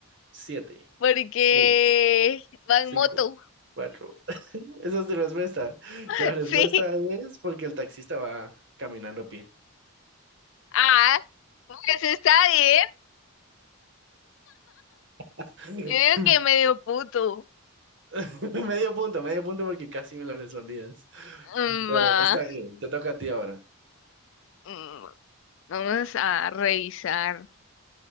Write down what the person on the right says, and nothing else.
7,
6,
5,
4. <laughs> Esa es tu respuesta.
La respuesta
es porque el taxista va caminando a pie.
<laughs>
<laughs> Medio punto, medio punto porque casi me lo respondías.
Pero
está bien, te toca a ti ahora.